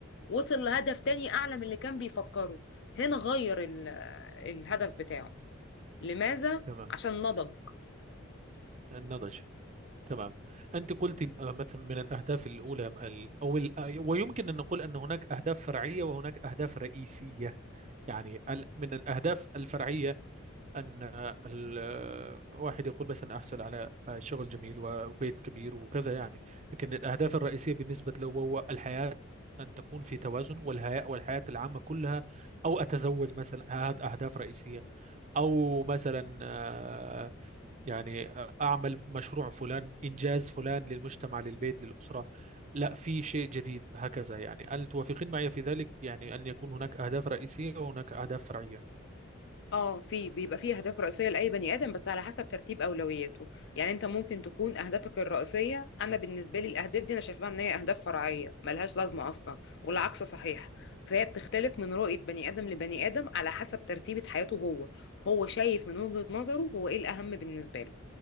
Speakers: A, on the left; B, on the right.
A: وصل لهدف تاني اعلى من اللي كان بيفكره هنا غير ال- الهدف بتاعه لماذا
B: تمام
A: عشان نضج
B: النضج تمام أنت قلت آه، مثلا من الأهداف الأولى ال- أو ال- آه، ويمكن أن نقول أن هناك أهداف فرعية وهناك أهداف رئيسية يعني ال- من الأهداف الفرعية أن آه، ال- آه، واحد يقول مثلا أحصل على آه، شغل جميل وبيت كبير وكذا يعني لكن الأهداف الرئيسية بالنسبة له هو الحياة أن تكون في توازن والحياة والحياة العامة كلها أو أتزوج مثلا هذه أهداف رئيسية أو مثلا آه، يعني أعمل مشروع فلان إنجاز فلان للمجتمع للبيت للأسرة لا في شيء جديد هكذا يعني هل توافقين معي في ذلك يعني أن يكون هناك أهداف رئيسية وهناك أهداف فرعية
A: اه في بيبقى فيه اهداف رئيسيه لاي بني ادم بس على حسب ترتيب اولوياته يعني انت ممكن تكون اهدافك الرئيسيه انا بالنسبه لي الاهداف دي انا شايفاها ان هي اهداف فرعيه ملهاش لازمه اصلا والعكس صحيح فهي بتختلف من رؤيه بني ادم لبني ادم على حسب ترتيبه حياته هو هو شايف من وجهه نظره هو ايه الاهم بالنسبه له